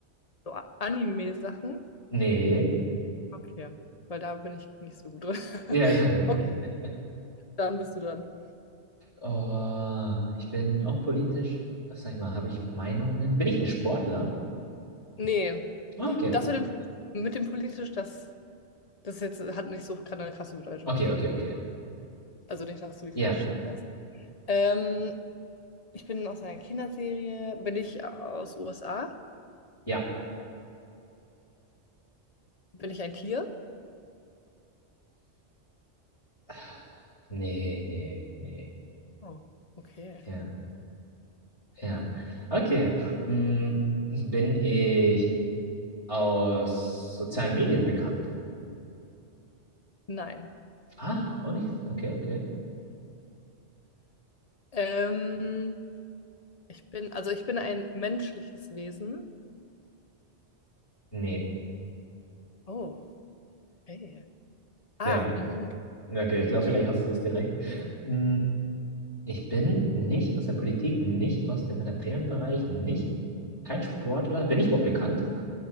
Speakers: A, on the left (about 40°); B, on the left (about 25°).
A: So A- Anime-Sachen?
B: nee,
A: Okay. Weil da bin ich nicht so gut drin. <laughs>
B: ja, ja, nee, nee.
A: Okay, dann bist du dran.
B: Oh, ich bin auch politisch, Was sag ich mal, habe ich Meinungen? Bin ich ein Sportler?
A: Nee,
B: Okay,
A: das mit dem, mit dem politisch, das, das jetzt hat nicht so gerade eine krasse Bedeutung.
B: okay, okay, okay.
A: Also nicht, dass du die
B: Ja,
A: falsche Schiene fährst. Ähm, ich bin aus einer Kinderserie. Bin ich aus USA?
B: ja.
A: Bin ich ein Tier?
B: Ah, Nee, nee, nee.
A: Oh, okay.
B: Ja. Ja,
A: Hm.
B: okay. Mm, Bin ich aus sozialen Medien bekannt?
A: Nein.
B: Ah, auch nicht. Okay, okay.
A: Ähm, ich bin, also ich bin ein menschliches Wesen.
B: Nee,
A: Oh, ey. Ah,
B: ja.
A: mhm, okay.
B: Okay,
A: Dann
B: ich glaube,
A: war-
B: vielleicht hast du es direkt. Mm, Ich bin nicht aus der Politik, nicht aus dem Entertainment-Bereich, nicht, kein Sportler. Bin ich überhaupt bekannt?